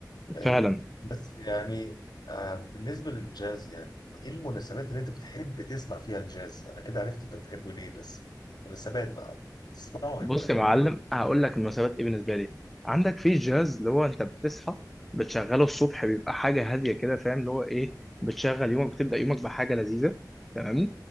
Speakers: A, on the left; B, in the centre.
A: فاهمني
B: فعلا
A: بس يعني آه بالنسبه للجاز يعني ايه المناسبات اللي انت بتحب تسمع فيها الجاز انا كده عرفت انت بتحبه ليه بس مناسبات بقى تسمعه
B: بص
A: انت
B: يا معلم هقول لك المناسبات ايه بالنسبه لي عندك في الجاز اللي هو انت بتصحى بتشغله الصبح بيبقى حاجه هاديه كده فاهم اللي هو ايه بتشغل يومك بتبدا يومك بحاجه لذيذه تمام